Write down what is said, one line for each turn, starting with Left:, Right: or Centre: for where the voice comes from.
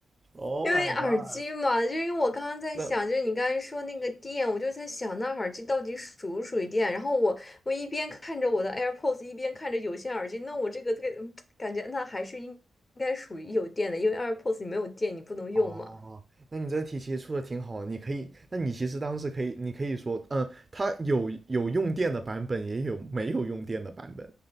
Right: ？Oh
Left: 因为耳机嘛，
Right: my god！
Left: 就因为我刚刚在想，
Right: 那
Left: 就是你刚才说那个电，我就在想那耳机到底属不属于电。然后我我一边看着我的 AirPods，一边看着有线耳机，那我这个这个嗯 <tsk> 感觉那还是应应该属于有电的，因为 AirPods 你没有电你不能用嘛。
Right: 哦，那你这个题其实出的挺好的你可以，那你其实当时可以，你可以说，嗯，它有有用电的版本，也有没有用电的版本。